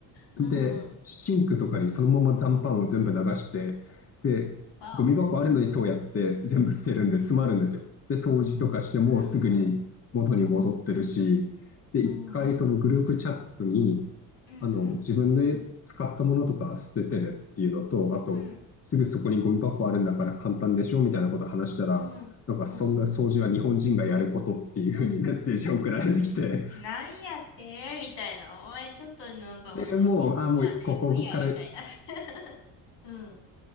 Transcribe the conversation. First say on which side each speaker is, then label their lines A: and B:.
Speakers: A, on the left; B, on the left.
A: うんうん。
B: で、シンクとかにそのまま残飯を全部流して、で、
A: わお。
B: ゴミ箱あるのにそうやって全部捨てるんで詰まるんですよ。
A: うん。うん。
B: で、掃除とかしてもすぐに元に戻ってるし、
A: うんうん。うんうん。
B: で、
A: うんうん。
B: 一回そのグループチャットに、
A: うんうん。
B: あの、自分で使ったものとか捨ててねっていうのと、あと、
A: うん、
B: すぐそこにゴミ箱あるんだから簡単でしょみたいなこと話したら、
A: うん、
B: なんかそんな掃除は日本人がやることっていうふうにメッセージを送られてきて、
A: うん。なんやってみたいな。お前ちょっとなんかこの日本まで来いや、
B: で、もう、あ、もうここから、
A: みたいな。<laughs> うん、